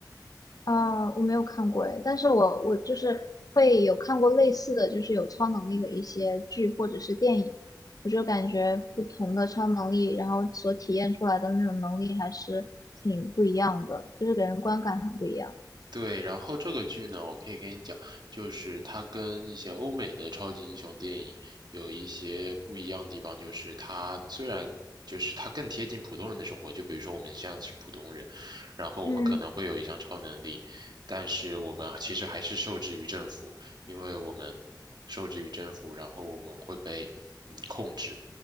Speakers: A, on the left (about 55°); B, on the right (about 70°).
A: 啊，我没有看过诶，但是我我就是会有看过类似的就是有超能力的一些剧或者是电影，我就感觉不同的超能力，然后所体验出来的那种能力还是挺不一样的，就是给人观感很不一样。
B: 对，然后这个剧呢，我可以跟你讲，就是它跟一些欧美的超级英雄电影有一些不一样的地方，就是它虽然就是它更贴近普通人的生活，就比如说我们像是普通人，然后我们可能会有一项超能力，
A: 嗯
B: 但是我们其实还是受制于政府，因为我们受制于政府，然后我们会被嗯控制。